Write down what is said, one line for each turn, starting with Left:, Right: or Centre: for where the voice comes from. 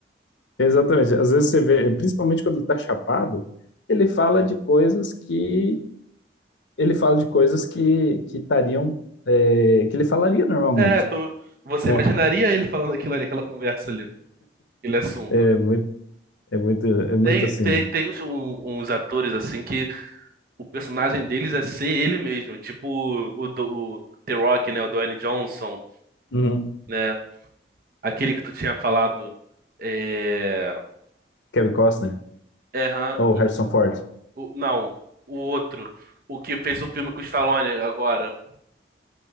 Left: exatamente. Às vezes você vê, principalmente quando ele tá chapado, ele fala de coisas que ele fala de coisas que que estariam é, que ele falaria normalmente,
Right: É, tu, você
Left: né?
Right: imaginaria ele falando aquilo ali, aquela conversa ali, aquele assunto.
Left: É muito, é muito, é muito
Right: Tem,
Left: assim,
Right: tem,
Left: né?
Right: tem uns, um- uns atores assim que o personagem deles é ser ele mesmo. Tipo o, do, o The Rock, né? O Dwayne Johnson,
Left: Uhum.
Right: né? Aquele que tu tinha falado. É.
Left: Kevin Costner,
Right: É, aham.
Left: ou Harrison Ford,
Right: O- não, o outro. O que fez o filme com o Stallone agora.